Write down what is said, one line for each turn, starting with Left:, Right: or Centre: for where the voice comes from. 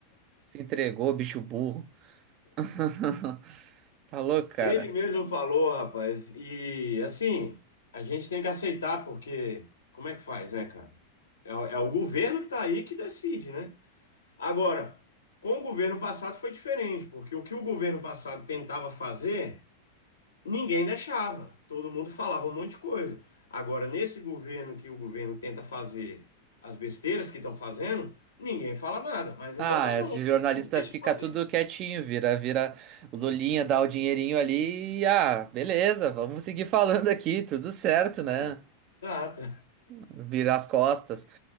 Right: se entregou, bicho burro. <laughs> Tá louco, cara.
Left: Ele mesmo falou, rapaz. E, assim, a gente tem que aceitar, porque como é que faz, né, cara? É, o é o governo que tá aí que decide, né? Agora, com o governo passado foi diferente, porque o que o governo passado tentava fazer. Ninguém deixava, todo mundo falava um monte de coisa. Agora, nesse governo que o governo tenta fazer as besteiras que estão fazendo, ninguém fala nada. Mas então
Right: Ah,
Left: tá bom,
Right: esse jornalista
Left: deixa
Right: fica
Left: eu fazer.
Right: tudo quietinho, vira, vira o Lulinha, dá o dinheirinho ali e ah, beleza, vamos seguir falando aqui, tudo certo, né?
Left: É, exato.
Right: Vira as costas.